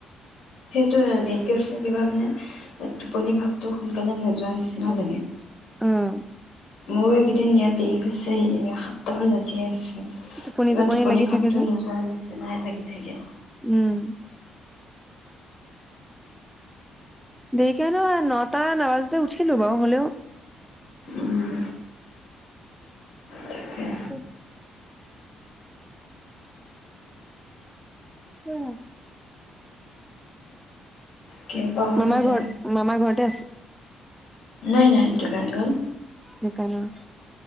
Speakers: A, on the left; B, in the centre.
A: সেইটোৱে আদি। কেচটো কিবা মানে টোপনি ভাৱটো সোনকালে নোযোৱা নিচিনা লাগে।
B: অঁ।
A: মোৰ এইকেইদিন ইয়াত দেৰি হৈছে, এই সাতটামান বাজিয়ে আছে। কিবা
B: টোপনি
A: টোপনি
B: লাগি
A: ভাৱটো
B: থাকে যে।
A: নোযোৱাৰ নিচিনাই লাগি থাকে।
B: উম। দেৰিকে ন নটা নাবাজোতে উঠিলো বাৰু হ'লেও
A: উম। তাকে
B: <unintelligible> উম।
A: কেইবা গৈছে
B: মামা ঘৰত, মামা ঘৰতে আছে?
A: নাই নাই দোকান গল।
B: দোকানত।